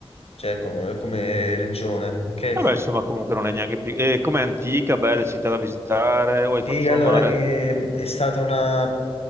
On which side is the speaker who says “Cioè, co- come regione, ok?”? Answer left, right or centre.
Left